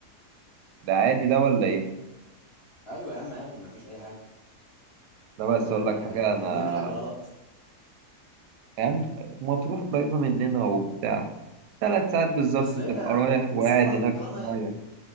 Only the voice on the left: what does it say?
ايوه يا عم عادي ما فيش اي حاجه
يعني
احنا
احنا
بنعمل حاجه غلط
مصريه
سفر
طالما